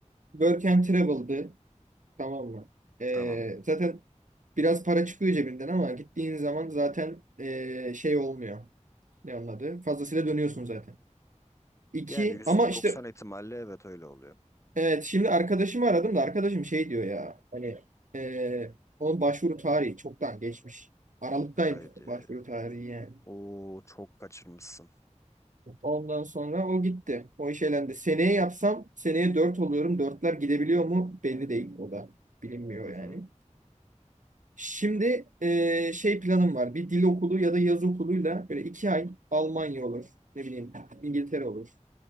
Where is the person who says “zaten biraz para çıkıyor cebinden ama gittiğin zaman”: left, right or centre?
Right